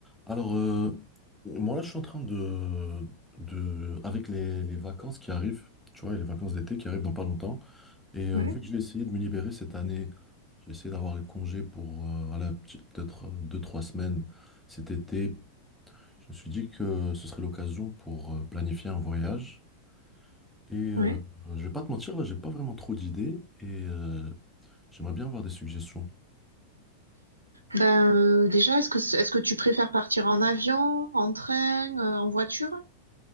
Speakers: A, in the centre; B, on the right.
A: Alors, euh, moi là, je suis en train de, de avec les, les vacances qui arrivent, tu vois, les vacances d'été qui arrivent dans pas longtemps. Et euh,
B: Ouais,
A: vu que j'ai essayé de me libérer cette année, j'ai essayé d'avoir les congés pour euh, voilà, petit- peut-être euh, deux, trois semaines cet été. Je me suis dit que ce serait l'occasion pour euh, planifier un voyage. Et euh,
B: ouais.
A: je vais pas te mentir, là, j'ai pas vraiment trop d'idées et euh, j'aimerais bien avoir des suggestions.
B: Ben, euh, déjà, est-ce que c- est-ce que tu préfères partir en avion, en train, euh, en voiture?